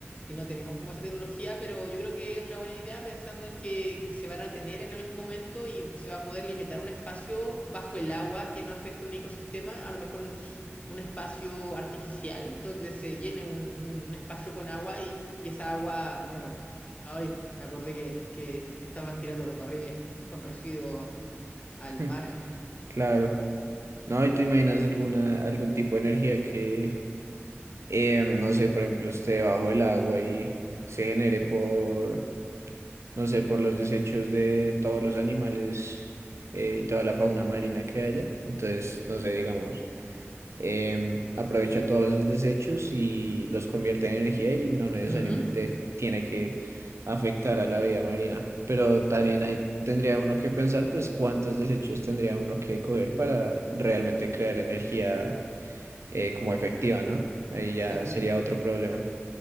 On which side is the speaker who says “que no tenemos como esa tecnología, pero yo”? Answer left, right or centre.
Left